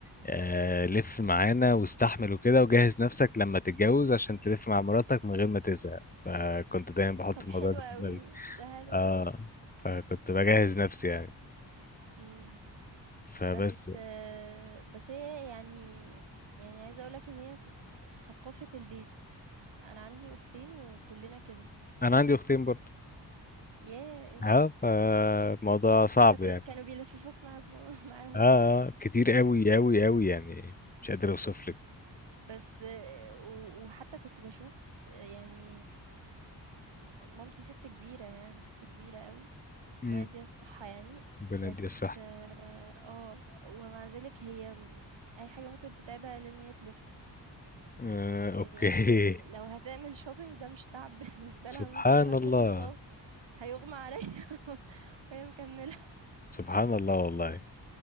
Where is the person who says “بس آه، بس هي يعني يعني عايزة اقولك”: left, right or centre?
Right